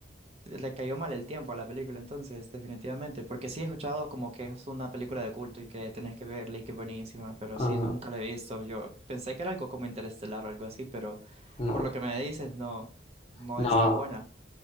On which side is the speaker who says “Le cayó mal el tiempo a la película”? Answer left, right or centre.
Right